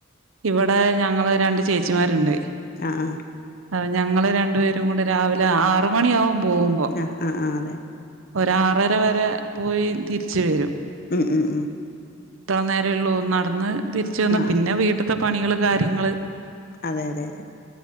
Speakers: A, on the right (about 75°); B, on the left (about 50°).
A: ഇവിടെ ഞങ്ങള് രണ്ട് ചേച്ചിമാർ ഉണ്ട്
B: ആ ആ
A: അ ഞങ്ങള് രണ്ടു പേരും കൂടെ രാവിലെ ആറ് മണിയാവു പോകുമ്പോ
B: ആഹ് ആഹ് ആഹ് അതെ
A: ഒരു ആറ് അത്ര വരെ പോയി തിരിച്ച് വരും
B: ഉം ഉം ഉം
A: ഇത്ര നേരേയുള്ളൂ നടന്ന് തിരിച്ചു വന്നു
B: ആഹ്
A: പിന്നെ വീട്ട ഇത്തെ പണികള് കാര്യങ്ങള്
B: അതെ അതെ അതെ